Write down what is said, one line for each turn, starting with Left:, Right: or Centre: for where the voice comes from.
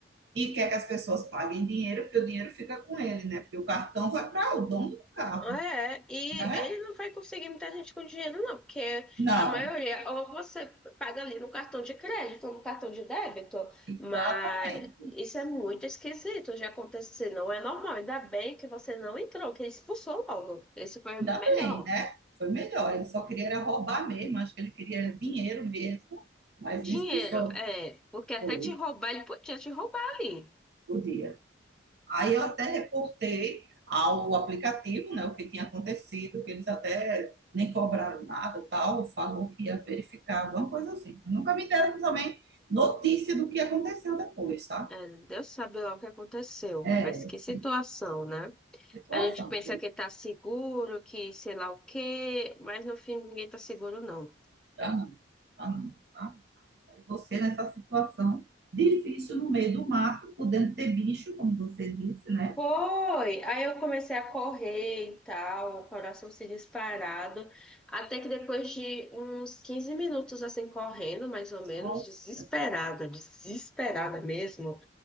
Right: e quer que as pessoas paguem dinheiro, porque o dinheiro fica com ele, né? Porque o cartão vai para o dono do carro,
Centre: É, e
Right: né?
Centre: ele não vai conseguir muita gente com dinheiro, não, porque
Right: Não,
Centre: a maioria, ou você paga ali no cartão de crédito, ou no cartão de débito,
Right: exatamente.
Centre: mas isso é muito esquisito de acontecer, não é normal. Ainda bem que você não entrou, que ele expulsou logo. Isso foi
Right: Ainda
Centre: melhor.
Right: bem, né? Foi melhor. Ele só queria era roubar mesmo, acho que ele queria dinheiro mesmo, mas
Centre: Dinheiro,
Right: me expulsou.
Centre: é, porque até
Right: Foi
Centre: te roubar, ele podia te roubar ali.
Right: o dia. Aí eu até reportei ao aplicativo, né, o que tinha acontecido, que eles até nem cobraram nada, tal, falou que ia verificar, alguma coisa assim. Nunca me deram também notícia do que aconteceu depois, tá?
Centre: É, Deus sabe lá o que aconteceu,
Right: É,
Centre: mas que situação,
Right: sim,
Centre: né?
Right: situação,
Centre: A gente pensa
Right: viu?
Centre: que tá seguro, que sei lá o quê, mas no fim ninguém tá seguro, não.
Right: Tá não, tá não, tá? Aí você nessa situação difícil no meio do mato, podendo ter bicho, como você disse, né?
Centre: Foi! Aí eu comecei a correr e tal, o coração se disparado, até que depois de uns 15 minutos assim correndo, mais ou menos,
Right: Nossa,
Centre: desesperada, desesperada mesmo,